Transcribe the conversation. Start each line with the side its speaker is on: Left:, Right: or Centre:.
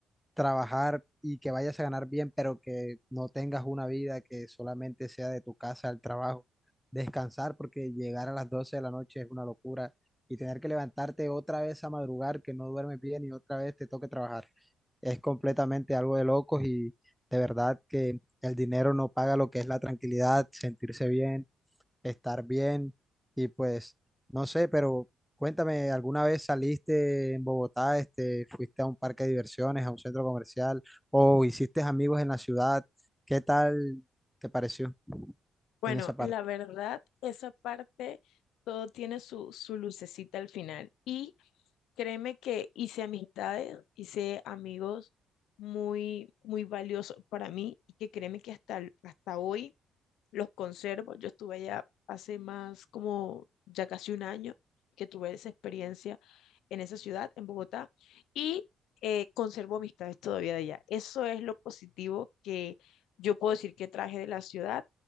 Centre: trabajar y que vayas a ganar bien, pero que no tengas una vida que solamente sea de tu casa al trabajo, descansar, porque llegar a las 12 de la noche es una locura y tener que levantarte otra vez a madrugar, que no duermes bien y otra vez te toque trabajar, es completamente algo de locos y de verdad que el dinero no paga lo que es la tranquilidad, sentirse bien estar bien y pues no sé, pero cuéntame, ¿alguna vez saliste en Bogotá, este, fuiste a un parque de diversiones, a un centro comercial o hiciste amigos en la ciudad? ¿Qué tal te pareció
Left: Bueno,
Centre: en esa parte?
Left: la verdad, esa parte, todo tiene su, su lucecita al final. Y créeme que hice amistades, hice amigos muy, muy valiosos para mí y que créeme que hasta, el- hasta hoy los conservo. Yo estuve allá hace más como ya casi un año que tuve esa experiencia en esa ciudad, en Bogotá, y eh, conservo amistades todavía de allá. Eso es lo positivo que yo puedo decir que traje de la ciudad.